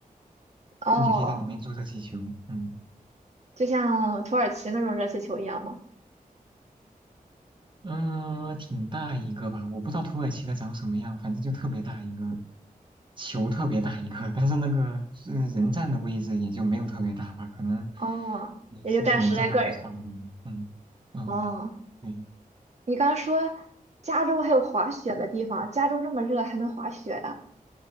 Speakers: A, on the right; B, on the right.
A: 哦，
B: 就你可以在里面坐热气球，嗯。
A: 就像土耳其那种热气球一样吗？
B: 嗯，挺大一个吧，我不知道土耳其的长什么样，反正就特别大一个，球特别大一个，但是那个呃人站的位置也就没有特别大吧，可能
A: 哦，
B: 你十几人站上去差不多。
A: 也就站十来个人。
B: 嗯嗯，
A: 哦，
B: 对
A: 你刚刚说加州还有滑雪的地方，加州这么热还能滑雪呀？